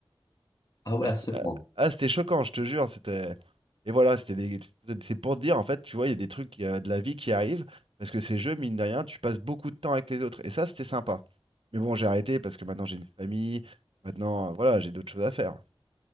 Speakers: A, on the left (about 45°); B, on the right (about 70°).
A: Ah ouais,
B: Ah, c'était
A: à ce point.
B: ah, ah, c'était choquant, je te jure. C'était... Et voilà, c'était des- c'est pour te dire, en fait, tu vois, il y a des trucs euh, de la vie qui arrivent, parce que ces jeux, mine de rien, tu passes beaucoup de temps avec les autres. Et ça, c'était sympa. Mais bon, j'ai arrêté parce que maintenant j'ai une famille, maintenant, euh, voilà, j'ai d'autres choses à faire.